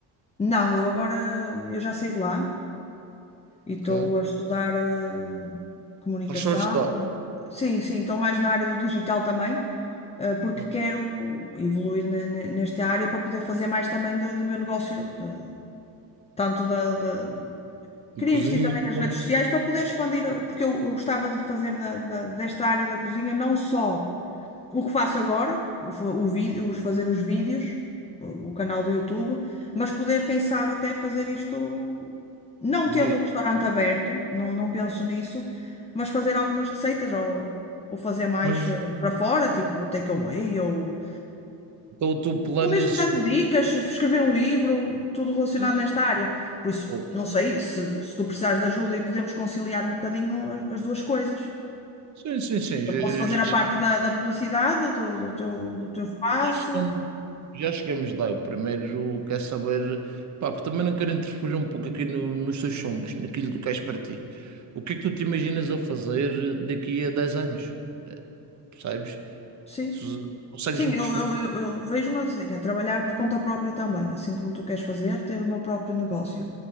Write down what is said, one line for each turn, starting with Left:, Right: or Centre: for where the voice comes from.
Left: não, eu agora eu já saí de lá e
Right: Ok.
Left: estou a estudar eh, comunicação.
Right: Estás só a estudar.
Left: Sim, sim, estou mais na área do digital também. eh, porque
Right: ok?
Left: quero evoluir ne- ne- nesta área para poder fazer mais também do, do meu negócio, de- tanto da, da...
Right: De
Left: Queria
Right: cozinha,
Left: investir também nas
Right: como
Left: redes sociais para poder expandir, eh, porque eu, eu gostava de fazer da- da- desta área da cozinha não só o que faço agora, o, fa- o vi- os fazer os vídeos, o, o canal do YouTube, mas poder, quem sabe, até fazer isto não
Right: devia.
Left: tendo um restaurante aberto, não, não penso nisso, mas fazer algumas receitas ou, ou fazer mais
Right: Mas
Left: eh, para fora, tipo takeaway ou
Right: então, o teu plano
Left: Ou mesmo
Right: nesse.
Left: dando dicas, escrever um livro, tudo relacionado
Right: Ah,
Left: nesta área. Por isso,
Right: oh.
Left: não sei se, se tu precisares de ajuda e podemos conciliar um bocadinho as, as duas coisas.
Right: Sim, sim, sim, já,
Left: Eu posso fazer
Right: já
Left: a parte da, da publicidade, do, do teu, do teu espaço,
Right: cheguei. Já chegamos lá. O primeiro quer saber, pá, porque também não quero interferir um pouco aqui no- nos teus sonhos, naquilo que tu queres para ti. O que é que tu te imaginas a fazer daqui a 10 anos? Percebes?
Left: sim.
Right: Tu consegues-me
Left: Sim, eu,
Right: responder?
Left: eu, eu, eu vejo-me assim, a trabalhar por conta própria também, assim como tu queres fazer, ter o meu próprio negócio.